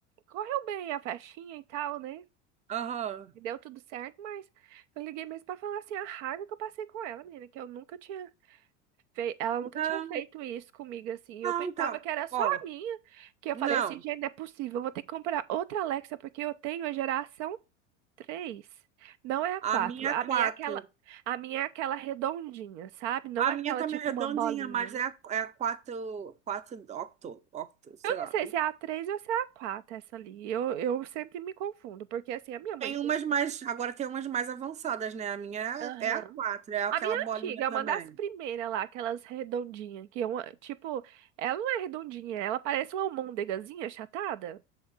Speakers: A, on the right (about 70°); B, on the right (about 20°).
A: correu bem a festinha e tal, né?
B: Aham.
A: E Deu tudo certo, mas eu liguei mesmo pra falar assim a raiva que eu passei com ela, menina, que eu nunca tinha feito, ela nunca
B: Não.
A: tinha feito isso comigo assim.
B: Não,
A: Eu pensava
B: então,
A: que era só
B: ó,
A: a minha, que eu
B: não.
A: falei assim, gente, não é possível, eu vou ter que comprar outra Alexa porque eu tenho a geração 3, não é a 4.
B: A minha
A: A
B: é
A: minha
B: quatro.
A: é aquela, a minha é aquela redondinha, sabe? Não
B: A
A: é
B: minha
A: aquela
B: também
A: tipo
B: é redondinha,
A: uma bolinha.
B: mas é a, é a quatro, quatro octo, octo, sei
A: Eu não
B: lá.
A: sei se é a 3 ou se é a 4 essa ali. Eu, eu sempre me confundo, porque assim, a minha mãe
B: Tem umas mais, agora tem umas mais avançadas, né? A minha
A: Aham.
B: é a quatro, é aquela
A: A minha
B: bolinha
A: antiga, é
B: também.
A: uma das primeiras lá, aquelas redondinhas, que é uma, tipo, ela não é redondinha, ela parece uma almôndegazinha achatada.